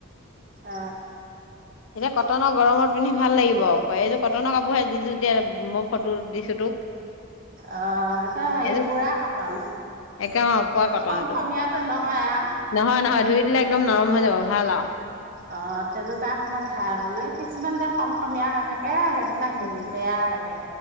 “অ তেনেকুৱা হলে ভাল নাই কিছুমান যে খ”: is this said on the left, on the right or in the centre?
Right